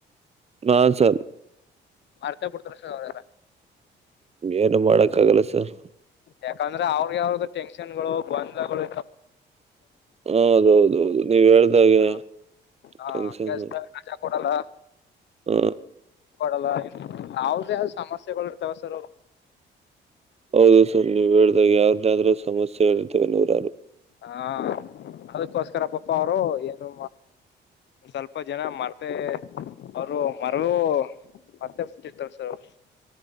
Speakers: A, on the right; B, on the left.
A: ಹಾ ಸರ್
B: ಮಾಡ್ತಾ ಬಿಡ್ತಾರ ಸರ್ ಅವರೆಲ್ಲ
A: ಏನು ಮಾಡಕ್ಕ ಆಗಲ್ಲ ಸರ್
B: ಯಾಕಂದ್ರ ಅವ್ರಿಗೆ ಯಾವ್ರ್ದು ಟೆನ್ಷನ್ ಗಳು ಗೊಂದ್ಲಗಳು
A: ಹೌದೌದ ಹೌದು ನೀವ್ ಹೇಳ್ದಾಗೆ
B: ಹ ಹಾ
A: ಟೆನ್ಷನ್
B: ಕೆಲ್ಸದಾಗ ರಜಾ ಕೊಡಲ್ಲ
A: ಹ
B: ಕೊಡಲ್ಲ ಯಾವ್ದ ಯಾವ್ದ ಸಮಸ್ಯೆಗಳು ಇರ್ತಾವ ಸರ್
A: ಹೌದು ಸು ನೀವು ಹೇಳಿದಾಗ ಯಾರ್ದಾದ್ರೂ ಸಮಸ್ಯೆ ಹೇಳತವೆ ನೋರರು
B: ಹಾ ಅದಕ್ಕೋಸ್ಕರ ಪಪ್ಪ ಅವರು ಏನು ಸ್ವಲ್ಪ ಜನ ಮರ್ತೆ ಅವರು ಮರಗೂ ಮತ್ತೆ ಹುಟ್ಟಿರ್ತಾರ ಸರ್ ಅವರು